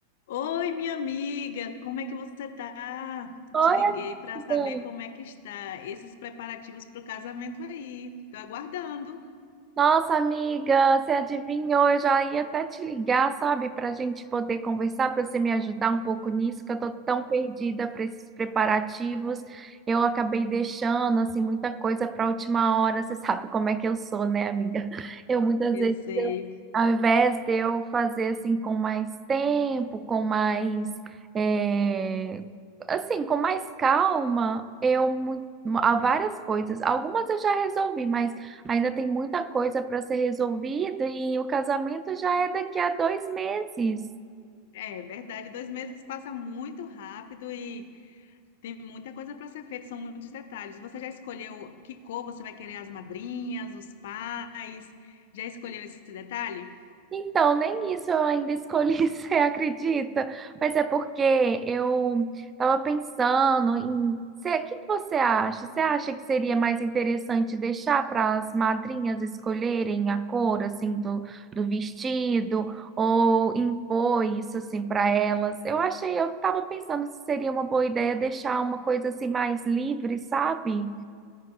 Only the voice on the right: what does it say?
Oi,
amiga.
Nossa, amiga, você adivinhou? Eu já ia até te ligar, sabe, para a gente poder conversar, para você me ajudar um pouco nisso, que eu tô tão perdida para esses preparativos. Eu acabei deixando assim muita coisa para a última hora. Você sabe como é que eu sou, né, amiga? Eu muitas
vezes
Ao invés de eu fazer assim com mais tempo, com mais, é, assim, com mais calma, eu mu- há várias coisas. Algumas eu já resolvi, mas ainda tem muita coisa para ser resolvida e o casamento já é daqui a dois meses.
Então, nem isso eu ainda escolhi, <laughs> você acredita? Mas é porque eu estava pensando em. Cê- O que que você acha? Você acha que seria mais interessante deixar para as madrinhas escolherem a cor assim do, do vestido ou impor isso assim para elas? Eu achei, eu estava pensando se seria uma boa ideia deixar uma coisa assim mais livre, sabe?